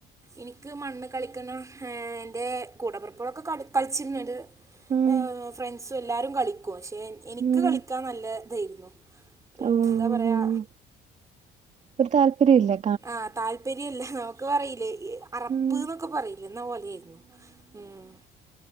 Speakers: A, on the right; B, on the right.
A: എനിക്ക് മണ്ണ് കളിക്കുന്ന ഏ എൻ്റെ കൂടപ്പുറപ്പോളൊക്കെ കട് കളിച്ചിരുന്നത്
B: ഉം
A: ഏഹ് ഫ്രണ്ട്സും എല്ലാരും കളിക്കും പക്ഷെ എനിക്ക്
B: ഉം
A: കളിക്കാൻ നല്ല ഇതേയിരുന്നു ഒരു
B: ഓഹ്
A: ന്താ പറയാ
B: ഒരു താല്പര്യല്ലേ
A: ആഹ് താല്പര്യല്ല നമുക്ക് പറയീലേ അറപ്പ്
B: ഉം.
A: ന്നൊക്കെ പറയില്ലേ ന്ന പോലൊയിരുന്നു ഉം